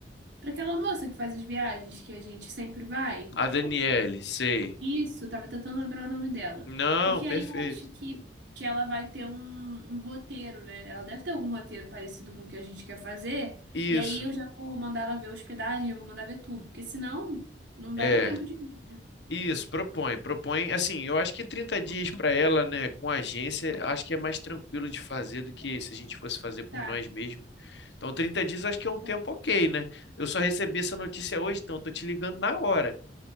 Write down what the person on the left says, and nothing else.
A Daniele,
sei.
Não,
perfeito.
Isso.
É.
Isso, propõe, propõe. Assim, eu acho que 30 dias para ela, né, com a agência, acho que é mais tranquilo de fazer do que se a gente fosse fazer por
nós mesmos. Então, 30 dias acho que é um
tempo ok, né? Eu só recebi essa notícia hoje, então eu tô te ligando na hora.